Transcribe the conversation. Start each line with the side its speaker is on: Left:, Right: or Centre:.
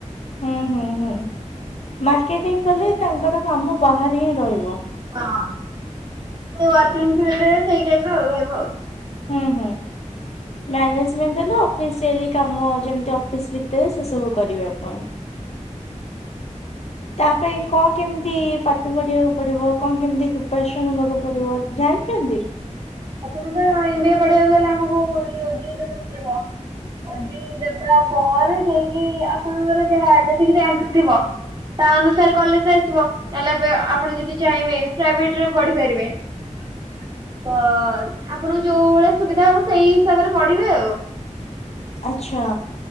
Left: ହୁଁ ହୁଁ ହୁଁ ମାର୍କେଟିଂ କଲେ ତାଙ୍କର କାମ ବାହାରେ ହିଁ ରହିବ।
Right: ହଁ <unintelligible> ସେଇ ଟାଇପ ର ରହିବ ଆଉ।
Left: ହୁଁ ହୁଁ। ମ୍ୟାନେଜମେଣ୍ଟ ହେଲେ ଅଫିସିଆଲି କାମ ଯେମିତି ଅଫିସ୍ ଭିତରେ ସେସବୁ କରିବେ ଆପଣ। ତା ପାଇଁ କଣ କେମିତି ପାଠ ପଢିବାକୁ ପଡିବ କଣ କେମିତି ପ୍ରିପାରେସନ ହେବାକୁ ପଡିବ ଜାଣିଛନ୍ତି।
Right: ଆପଣ ତ ଏମ ବି ଏ ପଢବାକୁ ହେଲେ ଆମକୁ ତ ଅ ଜେ ଇ ଦେବାକୁ ପଡିବ। ଅ ଜେ ଇ ଦେବା ପରେ ଯାଇକି ଆପଣଙ୍କର ଯାହା ଯେତିକି ରାଙ୍କ ଥିବ। ତା ଅନୁସାରେ କଲେଜ ଆସିବ। ତାହେଲେ ଆପଣ ଯଦି ଚାହିଁବେ ପ୍ରାଇଭେଟରେ ପଢିପାରିବେ। ତ ଆପଣଙ୍କୁ ଯୋଉ ଭଳିଆ ସୁବିଧା ହବ ସେଇ ହିସାବରେ ପଢିବେ ଆଉ।
Left: ଆଛା